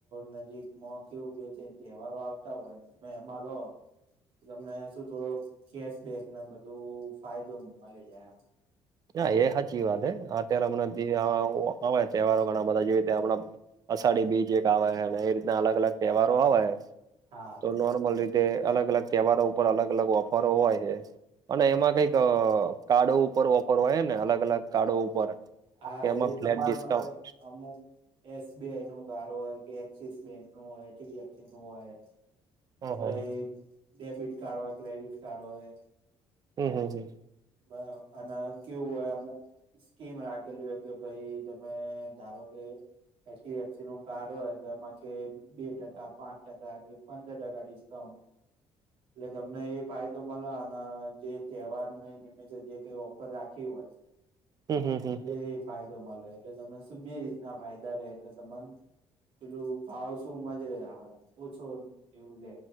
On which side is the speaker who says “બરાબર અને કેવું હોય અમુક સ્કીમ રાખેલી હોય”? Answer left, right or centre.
Right